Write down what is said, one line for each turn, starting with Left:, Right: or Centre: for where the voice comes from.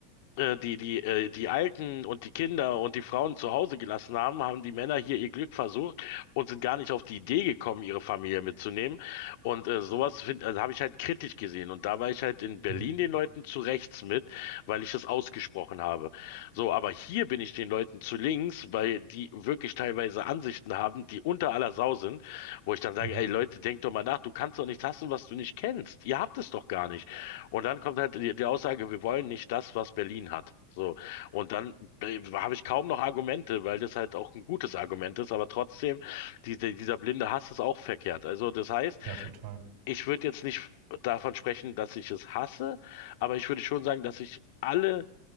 Left: äh, die, die, äh, die Alten und die Kinder und die Frauen zu Hause gelassen haben, haben die Männer hier ihr Glück versucht und sind gar nicht auf die Idee gekommen, ihre Familie mitzunehmen. Und äh, sowas find- also habe ich halt kritisch gesehen. Und da war ich halt in Berlin
Right: Mhm.
Left: den Leuten zu rechts mit, weil ich das ausgesprochen habe. So, aber hier bin ich den Leuten zu links, weil die wirklich teilweise Ansichten haben, die unter aller Sau sind, wo ich dann sage,
Right: Mhm.
Left: ey Leute, denkt doch mal nach, du kannst doch nicht hassen, was du nicht kennst. Ihr habt es doch gar nicht. Und dann kommt halt die, die Aussage, wir wollen nicht das, was Berlin hat. So. Und dann äh, habe ich kaum noch Argumente, weil das halt auch ein gutes Argument ist, aber trotzdem, diese, dieser blinde Hass ist auch verkehrt. Also das heißt,
Right: Ja, total.
Left: ich würde jetzt nicht davon sprechen, dass ich es hasse, aber ich würde schon sagen, dass ich alle